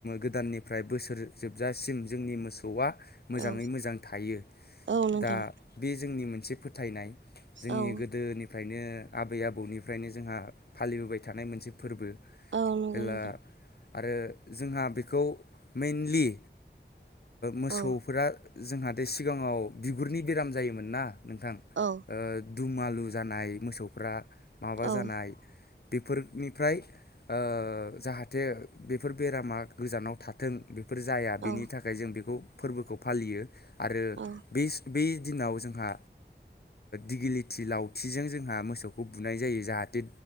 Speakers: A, on the left; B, on the right.
A: गोदाननिफ्राय बोसोर जोबजासिम जोंनि मोसौआ मोजाङै
B: औ
A: मोजां थायो
B: औ नोंथां
A: दा बे जोंनि मोनसे फोथायनाय जोंनि
B: औ
A: गोदोनिफ्रायनो आबै आबौनिफ्रायनो जोंहा फालिबोबाय थानाय मोनसे फोरबो
B: औ नंगौ
A: जेला
B: नोंथां
A: आरो जोंहा बेखौ मेनलि मोसौफोरा
B: औ
A: जोंहाथे सिगाङाव बिगुरनि बेराम जायोमोन ना नोंथां
B: औ
A: दुमालु जानाय मोसौफ्रा माबा
B: औ
A: जानाय बेफोरनिफ्राय ओ जाहाथे बेफोर बेरामा गोजानाव थाथों फोर जाया बेनि
B: औ
A: थाखाय जों बेखौ फोरबोखौ फालियो आरो
B: औ
A: बे बै दिनाव जोंहा दिगिलिथि लावथिजों जोंहा मोसौखौ बुनाय जायो जाहाथे